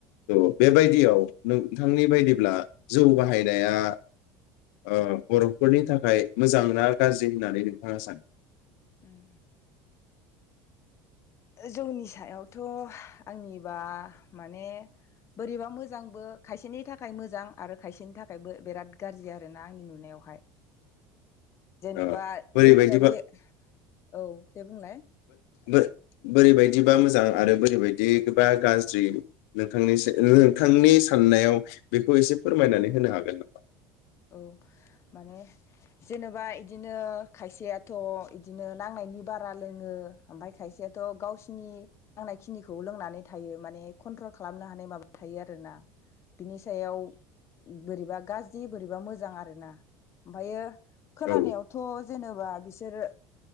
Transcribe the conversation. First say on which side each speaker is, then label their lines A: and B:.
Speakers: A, on the left; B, on the left.
A: औ बेबायदियाव नोंथांनि बायदिब्ला जौ बाहायनाया ओ बर फोरनि थाखाय मोजां ना गाज्रि होननानै नोंथाङा सानो
B: उम जौनि सायावथ आंनिबा माने बोरैबा मोजांबो खायसेनि थाखाय मोजां आरो खायसेनि थाखायबो बिराद गाज्रि आरोना आंनि नुनायावहाय जेनेबा
A: ओ बोरैबायदिबा
B: जेनेबा बे औ दे बुंलाय
A: बो बोरैबायदिबा मोजां आरो बोरैबायदिबा गाज्रि नोंथांनि नोंथांनि साननायाव बेखौ एसे फोरमायनानै होनो हागोन नामा
B: औ माने जेनेबा बिदिनो खायसेयाथ बिदिनो नांनायनि बारा लोङो ओमफ्राय खायसेयाथ गावसिनि नांनाय खिनिखौ लोंनानै थायो माने कन्ट्रल खालामनो हानाय माबा थायो आरोना बिनि सायाव बोरैबा गाज्रि बोरैबा मोजां आरो ना ओमफ्रायो
A: नामा
B: खोनानायावथ
A: औ
B: जेनेबा बिसोरो